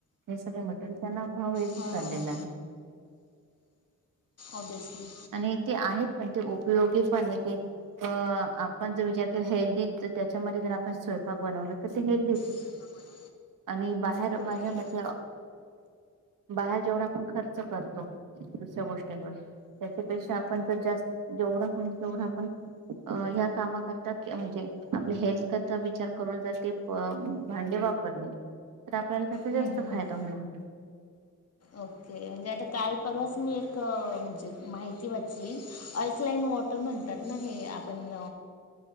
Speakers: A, on the right (about 80°); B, on the left (about 50°).
A: हे सगळे मटेरियल त्यांना भाव येतच
B: हां
A: चाललेला
B: हां हां
A: आहे.
B: ऑब्व्हियसली.
A: आणि ते आहेत पण ते उपयोगी पण. <unintelligible> अ.. आपण जर विचार हेल्दी तर त्याच्यामध्ये जर आपण स्वयंपाक बनवलं तर ते हेल्दी होते.
B: <unintelligible>
A: आणि बाहेर
B: ओके
A: माझ्या मत बाहेर जेवढ आपण खर्च करतो दुसऱ्या गोष्टींवर त्याच्यापेक्षा आपण जर जास्त, जेवढा होईल तेवढा आपण अं ह्या कामा करता म्हणजे आपल्या हेल्थ करता विचार करून जाते प भांडे वापरले, तर आपल्याला जास्त
B: हम्म हम्म
A: फायदा
B: हम्म. <inaudible>
A: होणार.
B: ओके. म्हणजे आता काल, परवाच मी एक म्हणजे माहिती ब घातली. अल्कलाइन वॉटर म्हणतात ना, हे आपण